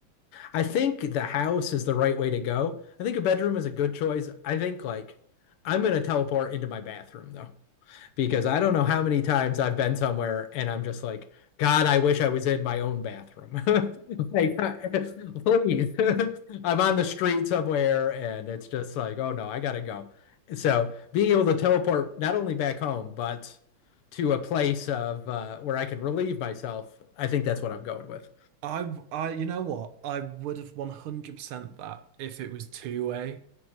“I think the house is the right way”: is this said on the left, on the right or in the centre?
Left